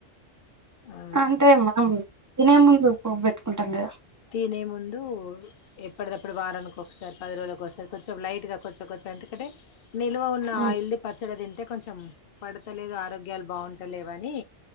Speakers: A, on the left; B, on the right.
A: ఆ
B: అంటే మనం తినే ముందు పోపు పెట్టుకుంటాంగదా
A: తినే ముందు ఎప్పటిదప్పుడు వారానికి ఒకసారి పది రోజులకి ఒకసారి కొంచెం లైట్ గా కొంచెం కొంచెం అంటే నిల్వ ఉన్న
B: ఉమ్.
A: ఆయిల్ది పచ్చడి తింటే కొంచెం పడతలేదు ఆరోగ్యాలు బాగుంటలేవని